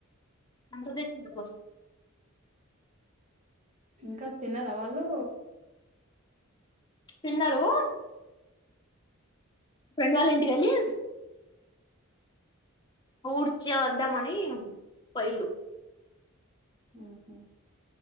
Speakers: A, on the left; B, on the right.
A: ఎంత తెచ్చింటివి అస్సలు
B: ఇంకా తిన్నారా వాళ్ళు
A: తిన్నారూ ఫ్రెండ్ వాళ్ళింటి ఎల్లి ఊడ్చి వద్దాం అని పోయిళ్ళు
B: హ్మ్ హు